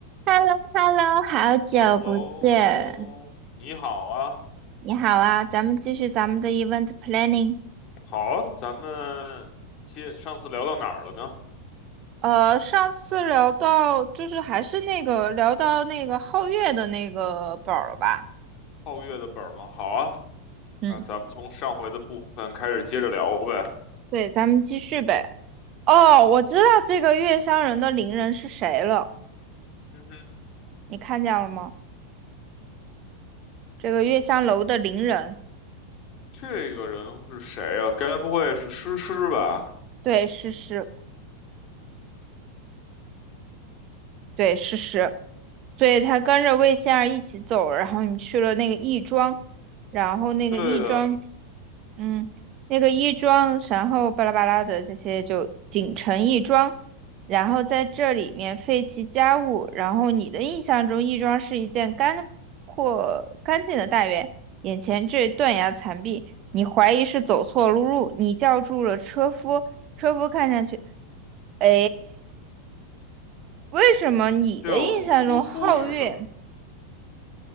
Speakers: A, on the right; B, on the left.
A: h e l l o h e l l o 好久不见，
B: h e l l o h e l l o 你好啊，
A: 你好啊，咱们继续咱们的 event planning。
B: 好啊，咱们接上次聊到哪儿了呢？
A: 呃，上次聊到就是还是那个聊到那个皓月的那个宝儿了吧？
B: 皓月的本儿吗？好啊，
A: 嗯，
B: 那咱们从上回的部分开始接着聊呗。
A: 对，咱们继续呗。哦，我知道这个月香人的邻人是谁了，
B: 嗯哼，
A: 你看见了吗？这个月香楼的邻人，
B: 这个人是谁啊？该不会是诗诗吧？
A: 对，是是，对，是是，所以他跟着魏仙儿一起走，然后你去了那个亦庄，然后那个亦庄
B: 对的，
A: 嗯，那个亦庄，然后巴拉巴拉的这些就锦城亦庄，然后在这里面废弃家务，然后你的印象中亦庄是一件干或干净的大院，眼前这断崖残壁，你怀疑是走错路路，你叫住了车夫，车夫看上去，哎，为什么你的印象中皓月，
B: 吊住车夫是什么？